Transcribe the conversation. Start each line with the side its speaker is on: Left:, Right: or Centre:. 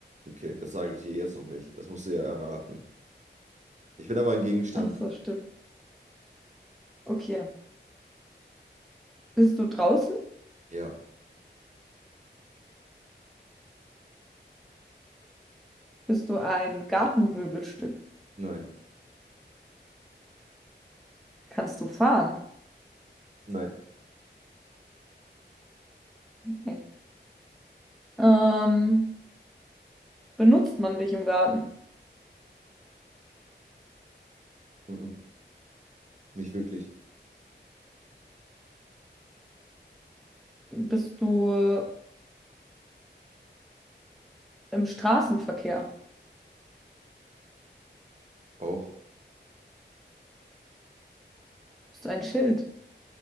Right: Okay, das sage ich dir jetzt noch nicht. Das musst du ja erraten. Ich bin aber ein Gegenstand.
Centre: Ach so, stimmt. Okay. Bist du draußen?
Right: Ja,
Centre: Bist du ein Gartenmöbelstück?
Right: nein,
Centre: Kannst du fahren?
Right: nein,
Centre: Nein. Ähm, benutzt man dich im Garten?
Right: mhm. Nicht wirklich.
Centre: Bist du im Straßenverkehr?
Right: Auch.
Centre: Bist du ein Schild?